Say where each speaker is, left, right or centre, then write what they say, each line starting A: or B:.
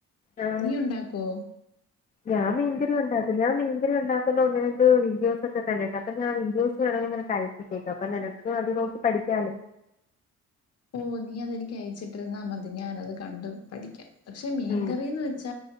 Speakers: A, on the left (about 30°); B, on the left (about 55°).
A: ആഹ്
B: നീ ഉണ്ടാക്കോ?
A: ഞാൻ മീൻകറി ഉണ്ടാക്കും. ഞാൻ മീൻകറി ഉണ്ടാക്കുന്ന ഒന്ന് രണ്ട് വീഡിയോസൊക്കെ കണ്ടിട്ടാ അപ്പോ ഞാൻ വീഡിയോസ് വേണോങ്കി അയച്ചിട്ടേക്കാം അപ്പോ നിനക്കും അത്‌ നോക്കി പഠിക്കാല്ലോ.
B: ഓ നീയത് എനിക്കയച്ചിട്ടിരുന്നമതി ഞാൻ അത്‌ കണ്ട് പഠിക്കാം. ക്ഷേ മീൻകറിന്ന്
A: ഉം
B: വെച്ച